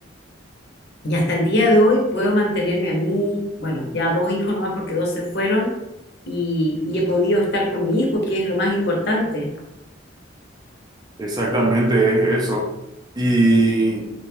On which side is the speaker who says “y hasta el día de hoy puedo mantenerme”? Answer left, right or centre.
Left